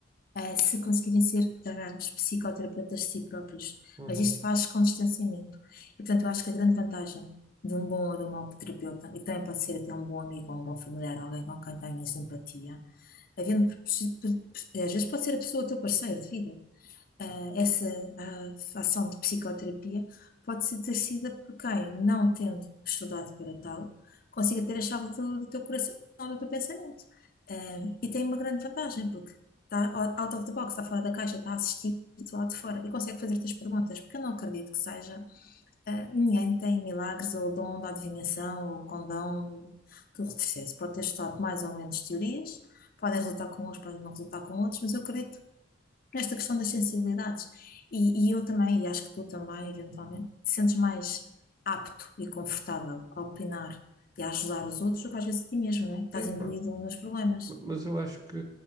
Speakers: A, on the left; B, on the right.
A: eh, se conseguirem ser, digamos, psicoterapeutas de si próprios.
B: uhum.
A: Mas isto faz com distanciamento. E, portanto, eu acho que a grande vantagem de um bom ou de um mau terapeuta, e que também pode ser até um bom amigo ou um bom familiar, alguém com quem tenhas empatia, havendo, propici- pro- às vezes pode ser a pessoa, o teu parceiro de vida, ah, essa ah, ação de psicoterapia pode ser exercida por quem, não tendo estudado para tal, consiga ter a chave do, do teu coração, do teu pensamento. Ah, e tem uma grande vantagem, porque está o- out of the box, está fora da caixa, está a assistir-te lá de fora e consegue fazer-te as perguntas, porque eu não acredito que seja. ah, ninguém tem milagres ou o dom da adivinhação ou o condão do retrocesso. Pode ter estudado mais ou menos teorias, podem resultar com uns, podem não resultar com outros, mas eu acredito esta questão das sensibilidades. E, e eu também, e acho que tu também, eventualmente, te sentes mais apto e confortável a opinar e a ajudar os outros do que às vezes a ti mesmo, né? Estás
B: Sim, claro.
A: imbuído nos problemas.
B: Ma- Mas eu acho que